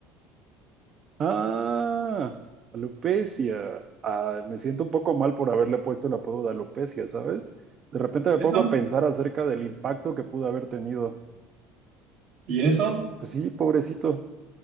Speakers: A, on the right (about 40°); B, on the right (about 60°).
A: Ah, alopecia. Ah, me siento un poco mal por haberle puesto el apodo de alopecia, ¿sabes? De repente
B: ¿Y
A: me pongo
B: ¿Eso?
A: a pensar acerca del impacto que pudo haber tenido.
B: ¿Y eso?
A: Pues sí, pobrecito.